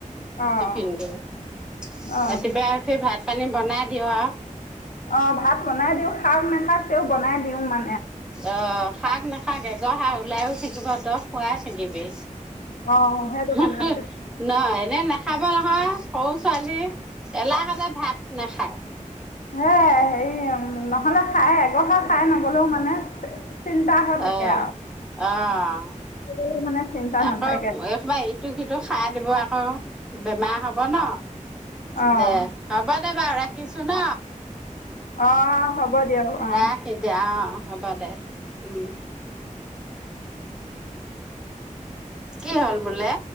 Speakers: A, on the left; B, in the centre.
A: অঁ
B: টিফিনটো, ৰাতিপুৱাই
A: অঁ
B: উঠি ভাত পানী বনাই দিউ আৰু
A: অ ভাত বনাই দিও খাওক নাখাওক তেওঁক বনাই দিও মা
B: অহ খাওক নাখাওক এগৰহা ওলাইও থাকিব তই খোৱাই থাকিবি
A: অঁ সেইটো
B: হো
A: কাৰণে
B: হো,
A: পিছ
B: নহয় এনে ন খাব নহয় সৰু ছোৱালী এলাহতে ভাত নাখায়
A: হে হেৰি নহলে খাই এগৰহা খাই নগলেও মানে চিন্তা হৈ থাকে
B: অঁ,
A: আৰু
B: অঁ
A: খাই গ'লেও মানে চিন্তা
B: আকৌ
A: নাথাকে
B: এই সোপা ইটো সিটো খাই আহি ব আকৌ বেমাৰ হ'ব ন,
A: অঁ
B: দে হ'ব বাৰু ৰাখিছো ন
A: অহ হ'ব দিয়ক
B: ৰাখ
A: অ
B: এতিয়া অ হ'ব দে উম কি হ'ল বোলে